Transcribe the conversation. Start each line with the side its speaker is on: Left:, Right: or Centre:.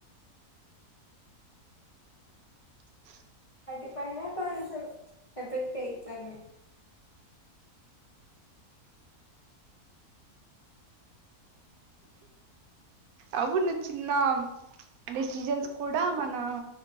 Right: <inaudible>
Left: అటిపైన కొంచెం ఎఫెక్ట్ ఐతన్నాయి
Right: అవును చిన్న డెసిషన్స్ కూడా డా మన